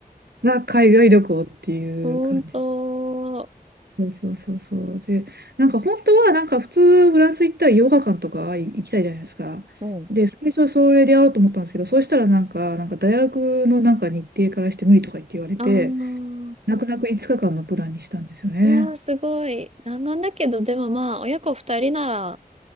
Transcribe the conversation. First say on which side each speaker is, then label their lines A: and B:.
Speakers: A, on the right; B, on the right.
A: が海外旅行っていう感じ。
B: ほんと。
A: そうそうそうそう。で、なんか本当はなんか普通フランス行ったらヨガ館とか行きたいじゃないですか。
B: うん
A: で、最初はそれでやろうと思ったんですけど、そうしたらなんか、なんか大学のなんか日程からして無理とか言って言われて、
B: ああ、
A: 泣く泣く5日間のプランにしたんですよね。
B: うわー、すごい。弾丸だけど、でもまあ、親子二人なら